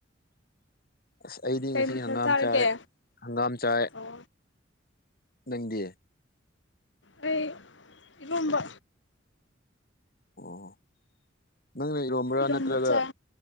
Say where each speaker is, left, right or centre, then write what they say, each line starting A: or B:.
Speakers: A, on the left; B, on the left.
A: ꯑꯁ ꯑꯩꯗꯤ ꯉꯁꯤ
B: ꯀꯩ ꯃꯊꯦꯜ
A: ꯍꯪꯒꯥꯝ
B: ꯆꯥꯔꯒꯦ
A: ꯆꯥꯏ ꯍꯪꯒꯥꯝ ꯆꯥꯏ꯫
B: ꯑꯣ
A: ꯅꯪꯗꯤ꯫
B: ꯑꯩ ꯏꯔꯣꯝꯕ꯫
A: ꯑꯣ ꯅꯪꯅ ꯏꯔꯣꯝꯕ꯭ꯔꯥ
B: ꯏꯔꯣꯝꯕ
A: ꯅꯠꯇ꯭ꯔꯒ꯫
B: ꯆꯥꯏ